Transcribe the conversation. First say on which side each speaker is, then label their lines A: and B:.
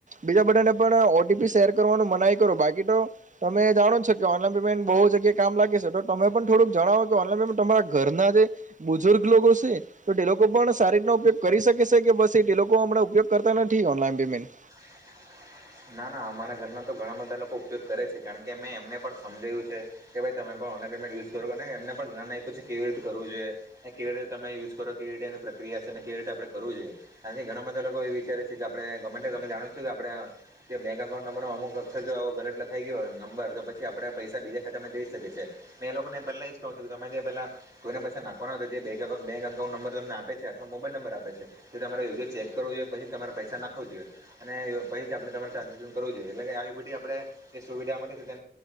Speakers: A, on the right (about 45°); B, on the right (about 15°).
A: બીજા બધાનને પણ ઓટીપી શેર કરવાનું મનાઈ કરો બાકી બાકી તો તમે જાણો છો કે ઓનલાઈન પેમેન્ટ બહુ જગ્યા કામ લાગે છે, તો તમે પણ થોડુંક જણાવો કે ઓનલાન પે તમારા ઘરના જે બુજુર્ગ લોકો છે, તો તે લોકો પણ સારી રીતના ઉપયોગ કરી શકે છે કે બસ એ લોકો હમણાં ઉપયોગ કરતા નથી, ઓનલાઈન પેમેન્ટ
B: <unintelligible> ના ના અમારા ઘરના તો ઘણા બધા લોકો ઉપયોગ કરે છે, કારણ કે મેં એમને પણ સમજાય્યું છે કે ભાઈ તમે પણ ઓનલાઇન પેમેન્ટ યુઝ કરો અને એમને પણ જ્ઞાન આપ્યું છે, કેવી રીતે કરવુ જોએ ને કેવી રીતે તમે યુઝ કરો કેવી રીતે ઓનું પ્રક્ર ક્રિયા છે, અને કેવી રીતે આપણે કરવું જોઈએ કારણ કે ઘણા બધા લોકો એ વિચારે છે, કે આપણે ગમે ગમે જાણ છું કે આપણે કે બેંક એકાઉન્ટ નંબર અમુક અક્ષર જો આવો ગલત લખાઈ ગયો હોય નંબર તો પછી આપડા પૈસા બીજા ખાતામાં જઈ શકે છે. મે એ લોકો ને પેલા એજ કો છો કે તમે જે પેલા કોઈના પૈસા નાખવાના જે બેક એકાઉ બેંક અકાઉન્ટ નંબર તમને આપે છે કે અથવા મોબાઈલ નંબર આપે છે. તે તમારે યોગ્ય ચેક કરવો જોઈએ પછી તમારે પૈસા નાખવો જોઈએ અને પહી આપણે તમારે ટ્રાન્ઝક્શન કરવુ જોઇયે એટલે કે તે આપડે તમારે ટ્રાન્જેક્શન કરવું જોઈએ. એટલે કે આવી બધી આપણે જે સુવિધા મળી